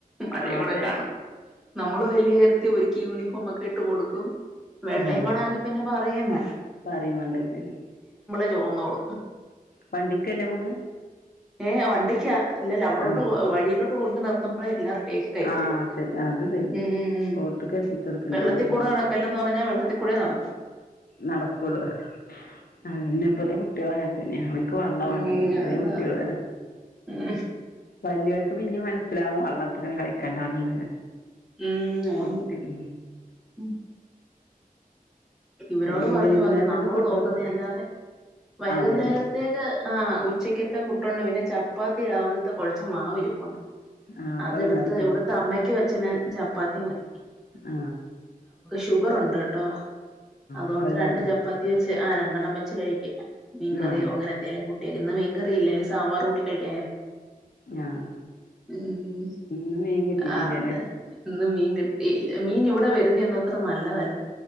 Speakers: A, in the centre; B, on the left.
A: മഴെങ്ങൂട
B: ആ അതെ
A: കാണുമ്പോൾ നമ്മള് വലിയ കാര്യത്തി ഒരിക്കി യൂണി ഫോമക്കിട്ടു കൊടുക്കും വെള്ളയും
B: ഉം
A: കൂടൊണങ്കിൽ പിന്നെ പറയേം വേണ്ട
B: പറയും വേണ്ട ശരി
A: <unintelligible> ന്നോളൂ
B: വണ്ടിക്കല്ലേ പോണ്
A: ഏ വണ്ടിക്കാ ല്ലലവ്ടോട്ട്
B: ആഹ്
A: വഴിയിലോട്ട് കൊണ്ട് നിർത്തുമ്പോഴേ എല്ലാ റെഡി <unintelligible>
B: ആഹ് ശരി അത് ശരിയാണ്
A: ഉം
B: കോർട്ട്ക്ക് എത്തിച്ചു കൊടുക്കണ്ടാവൂല
A: വെള്ളത്തിക്കൂട നടക്കല്ലന്ന് പറഞ്ഞാ വെള്ളത്തി കൂടെ നടക്കു
B: നടക്കൂള്ളു അഅന്നെ ഇപ്പത്തെ കുട്ടികള അങ്ങനതന്നെയ ഓല് ക്ക് വള്ള വാണ്ടുള്ളു
A: ഉം
B: ചെറിയ
A: അതാ
B: കുട്ടികള്
A: ഉം
B: വല്യവർക്ക് പിന്നേം മനസ്സിലാവും വള്ളത്തിലൊന്നും കളിക്കണ്ടാന്നുള്ളത്
A: ഉം അതാണ്
B: കുട്ടി ഉം
A: ഉം ഇവരോട്
B: പിന്നെ
A: പറഞ്ഞു
B: വൈകുന്നേരത്തേക്ക്
A: പറഞ്ഞ് നമ്മള്
B: ഫുഡ്
A: തോക്കുന്ന അല്ലാതെ വൈകുന്നേരത്തേക്ക്
B: അതെ
A: ആ ഉച്ചക്ക ത്ത ഫുഡ്ണ്ട് പിന്നെ ചപ്പാത്തി രാവിലത്തെ കുഴച്ച മാവിരിപ്പുണ്ട്
B: ആഹ് അപ്പ
A: അതെടുത്ത്
B: ഇണ്ടാക്കൂല
A: ഇവിടത്ത അമ്മയ്ക്കും അച്ചന് ചപ്പാത്തി മതി
B: ആ
A: ഷുഗറൊണ്ടെട്ടോ അതുകൊണ്ട്
B: അപ്പ അത് കാരണം
A: രണ്ട് ചപ്പാത്തി വെച്ച് ആ രണ്ടെണ്ണം വെച്ച് കഴിക്കും മീൻകറിയോ
B: ആഹ്
A: അങ്ങനെ എന്തേലും കൂ ട്ടിയേ ഇന്ന് മീൻകറിയില്ലനി സാമ്പാർ കൂട്ടി കഴിക്കാൻ
B: ആഹ്
A: ഉം
B: ഇന്ന് മീൻ കിട്ടീട്ടില്ലല്ലേ
A: ആ അന്നെ ഇന്ന്‌ മീൻ കിട്ടിയില്ല മീൻ ഇവിടെ വരുന്നയൊന്നും അത്ര നല്ലതല്ല